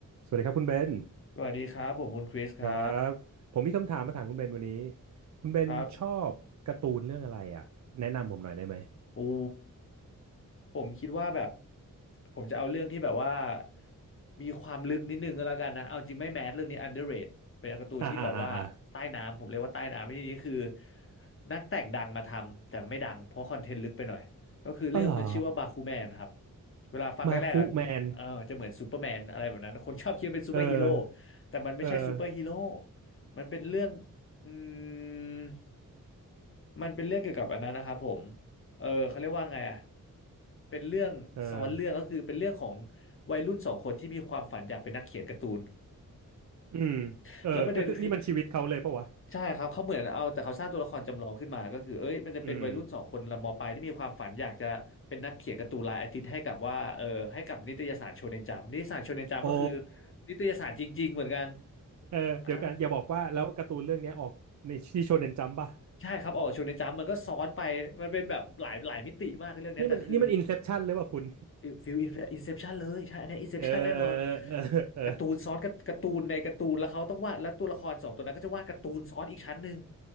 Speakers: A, on the right (about 60°); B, on the left (about 40°).
A: สวัสดีครับคุณเบน
B: สวัสดีครับผมคุณคริสครับ
A: ครับผมมีคำถามมาถามคุณเบนวันนี้คุณเบนชอบการ์ตูนเรื่องอะไรอ่ะแนะนำผมหน่อยได้ไหม
B: ครับ โอ้ผมคิดว่าแบบผมจะเอาเรื่องที่แบบว่ามีความลึกนิดนึงก็แล้วกันนะเอาจริงไม่แมสเรื่องนี้ underrate เป็นการ์ตูนที่แบบว่าใต้น้ำผมเรียกว่าใต้น้ำในที่นี้คือ
A: อ่าอ่าอ่าอ่า
B: นักแต่งดังมาทำแต่ไม่ดังเพราะคอนเทนต์ลึกไปหน่อยก็คือเรื่องมันชื่อว่าบาคูแมนครับ
A: อ๋อเหรอ
B: เวลาฟังแรกๆอ่ะเออจะเหมือนซูเปอร์แมนอะไรแบบนั้นคนชอบคิดว่าเป็นซูเปอร์ฮีโร่
A: มาคุแมนเออ
B: แต่มันไม่ใช่ซูเปอร์ฮีโร่
A: เออ
B: มันเป็นเรื่องอืมมันเป็นเรื่องเกี่ยวกับอันนั้นนะครับผม เออเขาเรียกว่าไงอ่ะเป็นเรื่องซ้อนเรื่องก็คือเป็นเรื่องของ
A: เออ
B: วัยรุ่นสองคนที่มีความฝันอยากเป็นนักเขียนการ์ตูน
A: อืมเออก็คือนี่มันชีวิตเขาเลยปะวะ
B: <laughs> แล้วประเด็นคือใช่ครับเขาเหมือนเอาแต่เขาสร้างตัวละครจำลองขึ้นมาก็คือเอ้ยมันจะเป็นวัยรุ่นสองคนละมปลายที่มีความฝันอยากจะเป็นนักเขียนการ์ตูนรายอาทิตย์ให้กับว่าเออให้กับนิตยสารโชเนนจัมนิตยสารโชเนนจัมก็คือ
A: อืมโอ้
B: นิตยสารจริงๆเหมือนกัน
A: เออเดี๋ยวกันอย่าบอกว่าแล้วการ์ตูนเรื่องเนี้ยออกในที่โชเน็นจัมป์ป่ะ
B: อ่าใช่ครับออกโชเนนจัมมันก็ซ้อนไปมันเป็นแบบหลายหลายมิติมากเรื่องเนี้ยแต่คือ
A: <laughs> นี่มันนี่มันอินเซปชันเลยว่ะคุณ
B: ฟิลอินเซปชันเลยใช่อันเนี้อินเซปชันแน่นอน
A: เออเออเออเออเออ
B: การ์ตูนซ้อนกับการ์ตูนในการ์ตูนแล้วเขาต้องวาดแล้วตัวละครสองตัวนั้นก็จะวาดการ์ตูนซ้อนอีกชั้นหนึ่ง